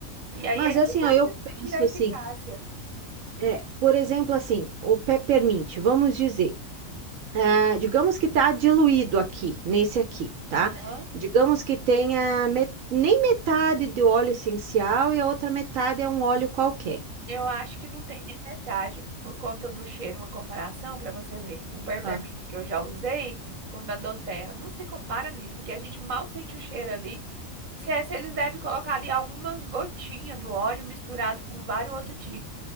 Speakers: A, on the right (about 40°); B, on the right (about 75°).
A: E aí
B: Mas
A: é
B: assim,
A: que faz,
B: ó, eu
A: né?
B: penso
A: Tira a eficácia.
B: assim, é, por exemplo, assim, o peppermint, vamos dizer, ah, digamos
A: Hum.
B: que tá diluído aqui, nesse aqui, tá?
A: Aham.
B: Digamos que tenha met- nem metade de óleo essencial e a outra metade é um óleo qualquer.
A: Eu acho que não tem nem metade por conta do cheiro, uma comparação para você ver. O Peppermint
B: Aham.
A: que eu já usei com o da Doterra. Não se compara, menino, porque a gente mal sente o cheiro ali. Se é, se eles devem colocar ali algumas gotinhas do óleo misturado com vários outros tipos.